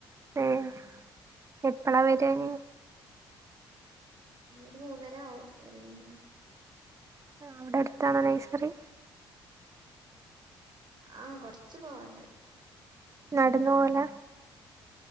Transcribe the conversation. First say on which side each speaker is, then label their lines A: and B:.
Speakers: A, on the right (about 30°); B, on the right (about 45°).
A: ഏഹ് എപ്പളാ വരാ
B: ഉം
A: ഇഞ്ഞി
B: ഇനി ഒരു മൂന്നര ആവും വരണമെങ്കില്
A: ആഹ് അവിടെ എടുത്താണോ നെഴ്സറി
B: ആഹ് കൊറച്ച് പോവാണ്ട്
A: നടന്ന് പോവലാ